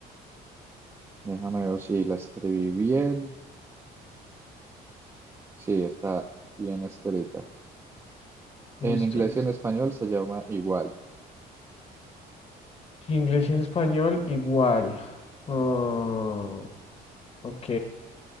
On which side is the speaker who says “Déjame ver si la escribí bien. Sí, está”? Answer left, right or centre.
Right